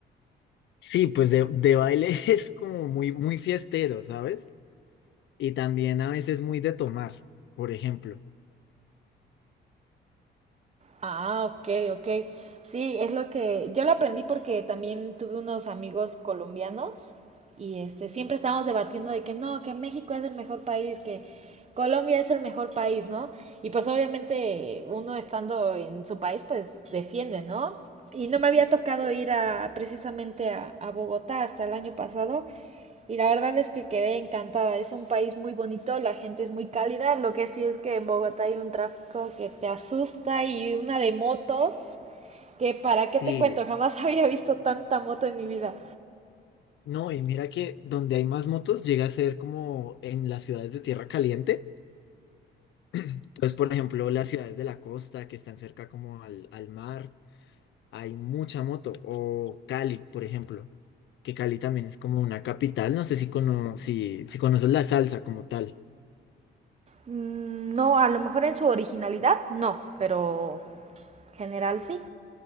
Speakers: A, on the left; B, on the right.
A: sí, pues de, de baile <laughs> es como muy, muy fiestero, ¿sabes? Y también a veces muy de tomar, por ejemplo.
B: Ah, ok, ok. Sí, es lo que yo lo aprendí porque también tuve unos amigos colombianos y este siempre estábamos debatiendo de que no, que México es el mejor país, que Colombia es el mejor país, ¿no? Y pues obviamente uno estando en su país pues defiende, ¿no? Y no me había tocado ir a precisamente a, a Bogotá hasta el año pasado Y la verdad es que quedé encantada. Es un país muy bonito, la gente es muy cálida. Lo que sí es que en Bogotá hay un tráfico que te asusta y una de motos que para qué
A: Y
B: te cuento, jamás <laughs> había visto tanta moto en mi vida.
A: no, y mira que donde hay más motos llega a ser como en las ciudades de tierra caliente. <clears throat> Entonces, por ejemplo, las ciudades de la costa que están cerca como al, al mar. hay mucha moto. O Cali, por ejemplo, que Cali también es como una capital. No sé si, cono si, si conoces la salsa como tal.
B: Mm, No, a lo mejor en su originalidad, no, pero general sí.